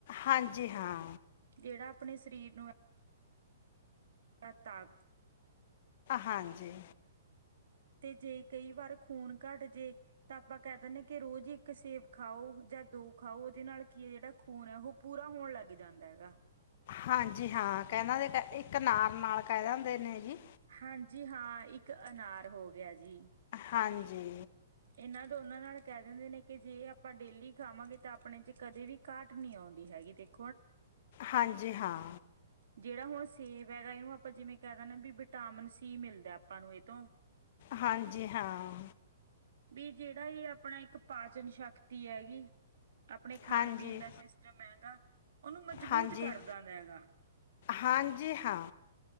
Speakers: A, on the left (about 50°); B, on the right (about 70°).
A: ਹਾਂਜੀ ਹਾਂ
B: ਜਿਹੜਾ ਆਪਣੇ ਸਰੀਰ ਨੂੰ ਤਾਕਤ
A: ਹਾਂਜੀ
B: ਤੇ ਜੇ ਕਈ ਵਾਰ ਖੂਨ ਘੱਟ ਜੇ ਤਾਂ ਆਪਾਂ ਕਹਿ ਦਿੰਦੇ ਹ ਕਿ ਰੋਜ਼ ਇੱਕ ਸੇਬ ਖਾਓ ਜਾਂ ਦੋ ਖਾਓ ਉਹਦੇ ਨਾਲ ਕੀ ਹੈ ਜਿਹੜਾ ਖੂਨ ਹੈ ਉਹ ਪੂਰਾ ਹੋਣ ਲੱਗ ਜਾਂਦਾ ਹੈਗਾ
A: ਹਾਂਜੀ ਹਾਂ ਕਹਿੰਦਾ ਦੇ ਤਾ ਇਕ ਅਨਾਰ ਨਾਲ ਕਹਿ ਦਿੰਦੇ ਨੇ ਜੀ
B: ਹਾਂਜੀ ਹਾਂ ਇੱਕ ਅਨਾਰ ਹੋ ਗਿਆ ਜੀ
A: ਹਾਂਜੀ
B: ਇਹਨਾਂ ਦੋਨਾਂ ਨਾਲ ਕਹਿ ਦਿੰਦੇ ਨੇ ਕਿ ਜੇ ਆਪਾਂ ਡੇਲੀ ਖਾਵਾਂਗੇ ਤਾਂ ਆਪਣੇ ਚ ਕਦੇ ਵੀ ਘਾਟ ਨਹੀਂ਼ਆਉਂਦੀ ਹੈਗੀ ਦੇਖ
A: ਹਾਂਜੀ ਹਾਂ
B: ਜਿਹੜਾ ਹੁਣ ਸੇਬ ਹੈਗਾ ਇਹਨੂੰ ਆਪਾਂ ਜਿਵੇਂ ਕਹਿ ਦਿੰਦੇ ਵੀ ਵਿਟਾਮਿਨ ਸੀ ਮਿਲਦਾ ਆਪਾਂ ਨੂੰ ਇਹ ਤੋਂ
A: ਹਾਂਜੀ ਹਾਂ
B: ਵੀ ਜਿਹੜਾ ਇਹ ਆਪਣਾ ਇੱਕ ਪਾਚਨ ਸ਼ਕਤੀ ਹੈਗੀ ਆਪਣੇ ਖਾਣ
A: ਹਾਂਜੀ
B: ਪੀਣ ਦਾ ਸਿਸਟਮ ਹੈਗਾ, ਉਹਨੂੰ ਮਜ਼ਬੂਤ
A: ਹਾਂਜੀ
B: ਕਰਦਾ ਹੈਗਾ।
A: ਹਾਂਜੀ ਹਾਂ